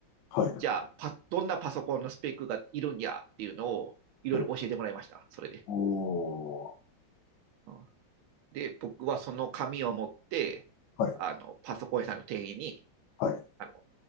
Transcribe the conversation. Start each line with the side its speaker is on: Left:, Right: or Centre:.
Left: はい。
Right: じゃあパ、どんなパソコンのスペックがいるんやっていうのをいろいろ教えてもらいました、
Left: え
Right: それで。
Left: おー、
Right: うん、で、僕はその紙を持って、
Left: はい、
Right: あの、パソコン屋さんの店員に、
Left: はい。
Right: あの、